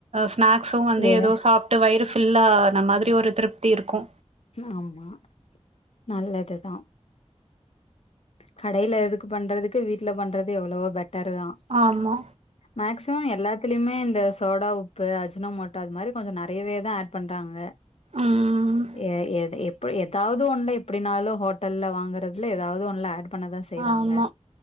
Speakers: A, on the right; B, on the left.
A: ஸ்நாக்ஸ்சு வந்து
B: ஏ
A: எதோ சாப்ட்டு வயிறு ஃபில்ல ஆன மாதிரி ஒரு திருப்தி இருக்கு
B: ஆமா நல்லதுதா கடையில எதுக்கு பண்றதுக்கு வீட்ல பண்றது எவ்ளோவோ பெட்டரு தா
A: ஆமா
B: மேக்சிமம் எல்லாத்துலேயுமே இந்த சோடா உப்பு அஜ்னோ மோட்டா அது மாதிரி கொஞ்சோ நைறையவே தா ஆட் பண்றாங்க
A: ம்
B: <unintelligible> ஏ எப்ப எதாவுது ஒண்ணுல எப்டினாலு ஹோட்டல்லல வாங்கறதுல எதாவுது ஒண்ணு ஆட் பண்ணதான் செய்யறாங்க
A: ஆமா